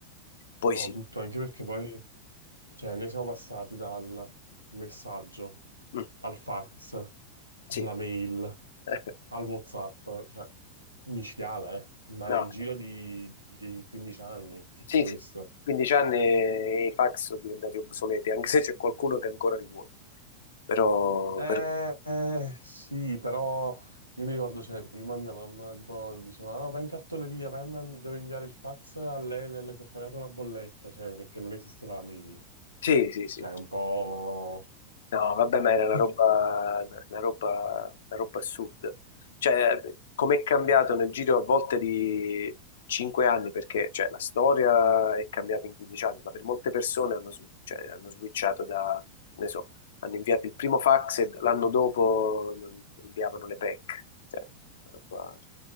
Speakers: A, on the left (about 60°); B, on the right (about 85°).
A: Poi
B: No,
A: sì,
B: tutto, anche perché poi, cioè, ne siamo passati dal messaggio
A: Mm,
B: al fax,
A: sì.
B: alla mail,
A: <laughs>
B: al WhatsApp, cioè, micidiale, eh. Ma
A: No,
B: nel giro di, di 15 anni, tutto
A: sì,
B: questo.
A: sì. 15 anni i fax sono diventati obsoleti, anche se c'è qualcuno che ancora li vuole. Però,
B: Eh,
A: però-
B: eh, sì, però io mi ricordo, cioè, prima mia mamma tipo diceva, "Ah, vai in cartoleria, vai a man- devo inviare il fax all'Enel che ho pagato la bolletta, cioè, perché non esisteva la mail.
A: sì, sì, sì.
B: Cioè, un po'
A: No,
B: <laughs>
A: vabbè, ma era una roba, una roba, una roba assurda. Cioè, com'è cambiato nel giro a volte di cinque anni, perché cioè, la storia è cambiata in 15 anni, ma per molte persone hanno, sw- cioè, hanno switchato da, che ne so, hanno inviato il primo fax e l'anno dopo mm, inviavano le PEC. Cioè, una roba-